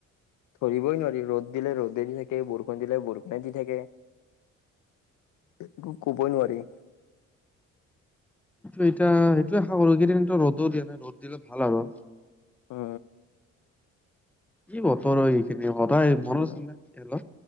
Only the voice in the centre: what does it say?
এইটো এতিয়া <unintelligible> কৰো কেইদিনো ৰ'দো দিয়া নাই ৰ'দ দিলে ভাল আৰু।
কি বতৰ এইখিনি সদায় মনত
আছে নে এই হলে।